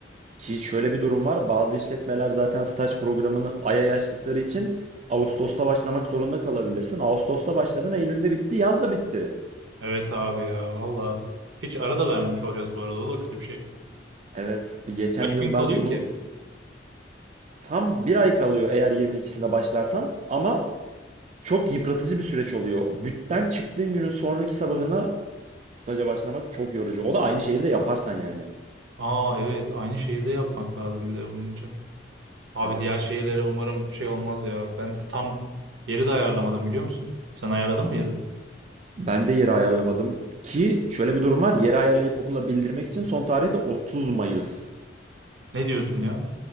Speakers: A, on the right (about 40°); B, on the right (about 85°).
A: Ki şöyle bir durum var. Bazı işletmeler zaten staj programını aya yaştıkları için Ağustos'ta başlamak zorunda kalabilirsin. Ağustos'ta başladın, Eylül'de bitti, yaz da bitti.
B: Evet abi ya valla. Hiç ara da vermemiş olacağız bu arada. O da kötü bir şey.
A: Evet, bir geçen
B: Kaç
A: yıl
B: gün kalıyor
A: ben bunu
B: ki?
A: tam bir ay kalıyor eğer 22'sinde başlarsan ama Çok yıpratıcı bir süreç oluyor. Bütten çıktığın günün sonraki sabahına staja başlamak çok yorucu. O da aynı şehirde yaparsan yani.
B: Aa evet aynı şehirde yapmak lazım bir de bunun için. Abi
A: Evet.
B: diğer şehirlere umarım şey olmaz ya. Ben tam yeri de ayarlamadım biliyor musun? Sen ayarladın
A: Hı hı.
B: mı yeri?
A: Ben de yeri ayarlamadım. Ki şöyle bir durum var. Yeri ayarlayıp okula bildirmek için son tarih de 30 Mayıs.
B: Ne diyorsun ya?